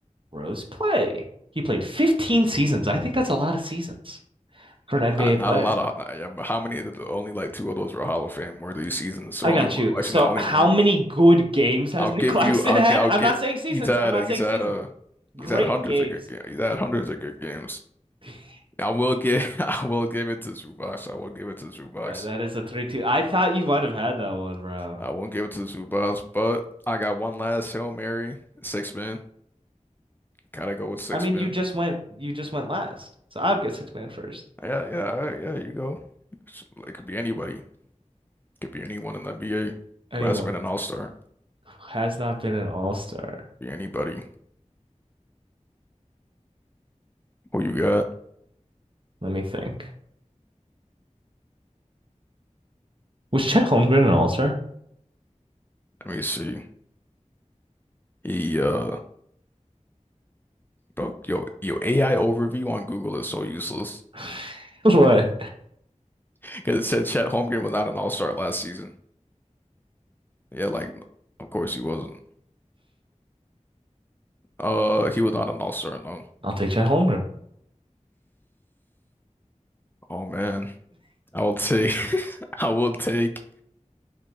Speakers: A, on the right; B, on the left.
A: Rose play. He played 15 seasons. I think that's a lot of seasons for an NBA
B: Not
A: player.
B: not a lot of. not- yeah, but how many? Of the, only like two of those were Hall of Fame worthy seasons. So
A: I
B: only
A: got
B: one.
A: you.
B: Actually,
A: So,
B: not only
A: how
B: one.
A: many good games has
B: I'll
A: Nick
B: give
A: <laughs> Claxton
B: you. I'll
A: had?
B: get. I'll
A: I'm
B: get.
A: not saying seasons.
B: He's had.
A: I'm not
B: A, he's
A: saying
B: had
A: seasons.
B: a.
A: Great
B: He's had hundreds
A: games.
B: of good games. He's had hundreds of good games.
A: <laughs>
B: I will give <laughs> I will give it to Zubac. I will give it to Zubac.
A: That that is a 3-2. I thought you might have had that one, bro.
B: I won't give it to Zubac, but I got one last Hail Mary, six men. Gotta go with six
A: I mean,
B: men.
A: you just went you just went last. So, I would get six man first.
B: Yeah, yeah, all right, yeah, you go. It's- It could be anybody. Could be anyone in the NBA
A: Anyone
B: who hasn't been an all-star.
A: who has not been an all-star.
B: Be anybody. Who you got?
A: Let me think. Was Chet Holmgren an all-star?
B: Let me see. He uh bro, yo, yo, AI overview on Google is so useless. <laughs>
A: <sighs> <laughs> What?
B: Because it said Chet Holmgren was not an all-star last season. Yeah, like of course he wasn't. Uh, he was not an all-star, no.
A: I'll take Chet Holmgren.
B: Oh man, I will take, <laughs> I will take,